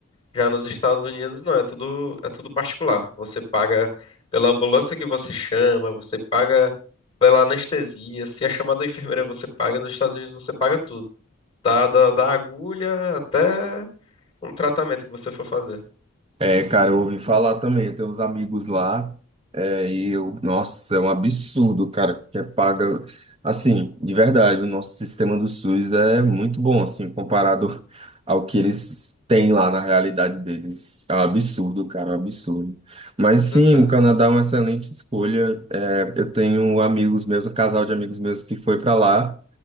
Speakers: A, on the left; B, on the right.
A: Já nos Estados Unidos, não, é tudo, é tudo particular. Você paga pela ambulância que você chama, você paga pela anestesia. Se é chamada da enfermeira, você paga. Nos Estados Unidos, você paga tudo. Da, da, da agulha até um tratamento que você for fazer.
B: É, cara, eu ouvi falar também, eu tenho uns amigos lá, é, e eu, nossa, é um absurdo, cara, que é paga, assim, de verdade, o nosso sistema do SUS é muito bom, assim, comparado ao que eles têm lá na realidade deles, é um absurdo, cara, é um absurdo, mas
A: Com
B: sim,
A: certeza.
B: o Canadá é uma excelente escolha, é, eu tenho amigos meus, um casal de amigos meus que foi para lá,